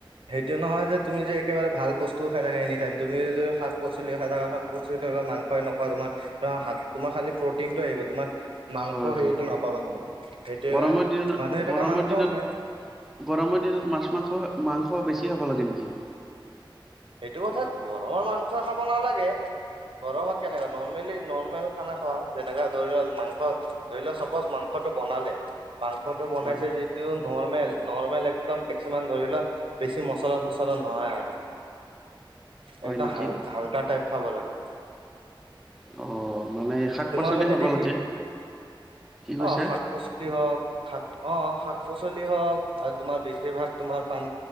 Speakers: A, on the right; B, in the centre.
A: সেইটোৱে নহয় যে তুমি যে একেবাৰে ভাল বস্তুও খাই থাকা এনি টাইম তুমি যদি শাক পচলি খাই থাকা শাক পচলি থকা মাং সই নোখোৱা তোমাত তোমাৰ খালি প্ৰটিনটো আহিব তোমাৰ মাংস
B: হয় হয়
A: হেৰিটো নাপাবা তোমাক সেইটোৱে
B: গৰমৰ
A: <unintelligible>
B: দিনত
A: মানুহে সেইটো
B: গৰমৰ
A: <unintelligible> মাংসও
B: দিনত
A: খায়
B: গৰমৰ দিনত মাছ মাংস, মাংস বেছি খাব লাগে নেকি
A: সেইটো কথাত গৰমৰ মাংস খাব নালাগে গৰমত কেনেকা নৰ্মেলি নৰ্মেল খানা খোৱা যেনে ধৰি ল মাংস ধৰি লোৱা চাপজ মাংস টো বনালে মাংসটো বাইছে
B: হয়
A: যিটো নৰ্মেল নৰ্মেল একদম মেক্সিমাম ধৰি লোৱা বেছি মচলা চচলা নহয় আৰু
B: হয়
A: একদম
B: নেকি?
A: হাল হাল্কা টাইপ খাব লাগে
B: অ মানে শাক
A: তোমাৰ
B: পাচলি
A: মতেদি
B: খাব লাগে
A: কি
B: কি কৈছে?
A: অ শাক পাচলি হওক শাক অ শাক পাচলি হওক আৰু তোমাৰ বেছিভাগ তোমাৰ পান